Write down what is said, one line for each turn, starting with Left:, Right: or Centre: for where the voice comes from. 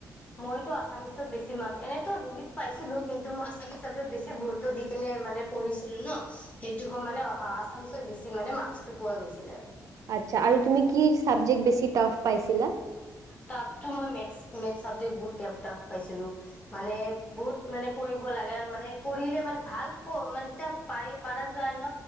Left: মইতো আছামিছত বেছি মাৰ্ক, এনেটো হিন্দীত পাইছিলো কিন্তু মই আছামিছত ছাবজেক্ট বেছি গুৰুত্ব দি কেনে মানে পঢ়িছিলো ন, সেইটো মানে আছামিছত বেছি মানে মাৰ্কচটো পোৱা গৈছিলে আৰু।
Right: আচ্ছা। আৰু তুমি কি চাবজেক্ট বেছি টাফ পাইছিলা?
Left: টাফটো মই মেথচ, মেথচ চাবেক্টটো বহুত টাফ পাইছিলো। মানে বহুত মানে কৰিব লাগে মানে কৰিলে মানে ভাল পোৱা মানে পাৰি পাৰা যায় ন।